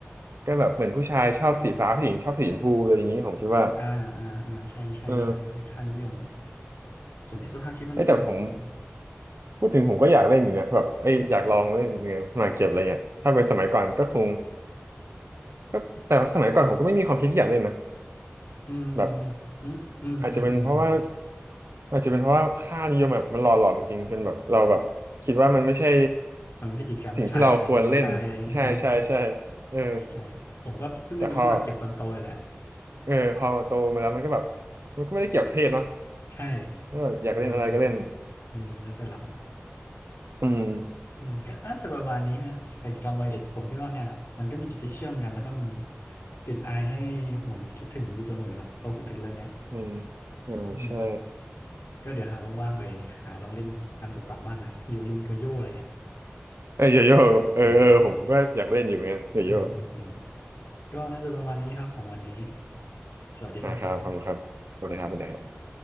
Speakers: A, on the right (about 80°); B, on the left (about 85°).
A: ก็แบบเหมือนผู้ชายชอบสีฟ้าผู้หญิงชอบสีชมพูอะไรอย่างนี้ผมคิดว่า
B: อ่าอ่าอ่าใช่ใช่ใช่
A: เออ
B: เป็นค่านิยมส่วนเพศสภาพคิดว่าไม่น่ามีผล
A: เอ้ยแต่ผมพูดถึงผมก็อยากเล่นอยู่นะแบบเอ้ยอยากลองเล่นเงินมาเก็บอะไรเงี้ยถ้าเป็นสมัยก่อนก็คงก็แต่สมัยก่อนผมก็ไม่มีความคิดที่อยากเล่นนะ
B: อืม
A: แบบ
B: อืมอืมอืมอืมอืม
A: อาจจะเป็นเพราะว่าอาจจะเป็นเพราะว่าค่านิยมแบบมันหล่อหลอมจริงๆจนแบบเราแบบคิดว่ามันไม่ใช่
B: มันไม่ใช่กิจกรรมผู้ชาย
A: สิ่งที่เราควรเล่นใช่ใช่ใช่
B: เด็กผู้ชายอะไรอย่างนี้ใช่ไหม
A: เออ
B: ใช่ใช่ผมก็เพิ่งได้มาเล่นหมากเก็บตอนโตเลยแหละ
A: แต่พอเออพอโตมาแล้วมันก็แบบมันก็ไม่ได้เกี่ยวกับเพศเนอะ
B: ใช่
A: ก็แบบอยากเล่นอะไรก็เล่น
B: ใช่ใช่อืมแล้วแต่เรา
A: อืม
B: อืมก็น่าจะประมาณนี้นะกิจกรรมวัยเด็กผมคิดว่าเนี่ยแหละ มันก็มีจุดที่เชื่อมกันแล้วก็มีกลิ่นอายให้หวนคิดถึงอยู่เสมอแหละพอพูดถึงเรื่องเนี้ย
A: อืมอืมใช่
B: อืม ก็เดี๋ยวหาว่างๆไปหาลองเล่นอันเก่าๆบ้างนะโยยงโยโย่อะไรเงี้ย
A: เออโยโย่กับเออเออผมก็อยากเล่นอยู่เหมือนกันโยโย่
B: เจ๋งดีอืมอืมอืมก็น่าจะประมาณนี้ครับของวันนี้สวัสดีครับผม
A: นะครับขอบคุณครับสวัสดีครับสวัสดีครับ